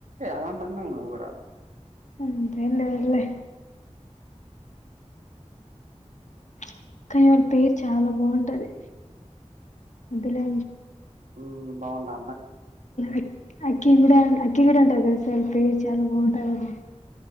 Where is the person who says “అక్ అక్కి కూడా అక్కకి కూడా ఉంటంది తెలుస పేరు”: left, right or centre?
Left